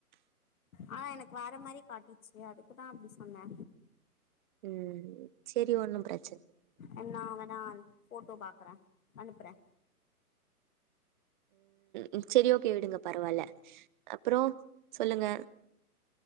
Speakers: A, on the left (about 60°); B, on the right (about 30°).
A: ஆனா எனக் வேற மாரி காட்டிச்சி அதுக்குதா அப்டி சொன்ன
B: ம் செரி ஒண்ணும் ப்ரெ
A: ன் நா வேணா போட்டோ பாக்குறே அனுப்புறே
B: ம் செரி ஒகே விடுங்க பரவால அப்புறோ சொல்லுங்க